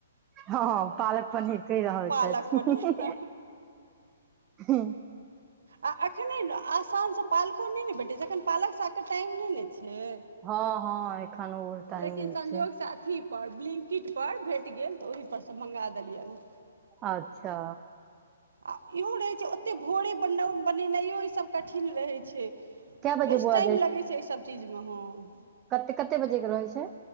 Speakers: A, on the right (about 25°); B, on the right (about 70°).
A: हँ हं पालक पनीर कै रहल
B: पालक
A: छथि।
B: पनीर
A: हे-
B: आ एखन नै आसानसँ पालको नय ने भेटै छै, एखन पालक सागके टाइम नय ने छय।
A: हँ हँ एखन ओ टाइम
B: लेकिन
A: नहि
B: संजोग
A: छै
B: स अथी पर ब्लिंकिटपर भेट गेल तऽ ओहिपर सँ मङ्गा देलियैनहँ।
A: अच्छा।
B: आ इहो रहै छै ओत्ते भोरे बन-बनेनाइयो ईसभ कठिन रहै छै।
A: कए बजे
B: बेस
A: बौआ
B: टाइम लगै छै अय सभ चीजमे हं।
A: कत्ते कत्ते बजे के रहै छै?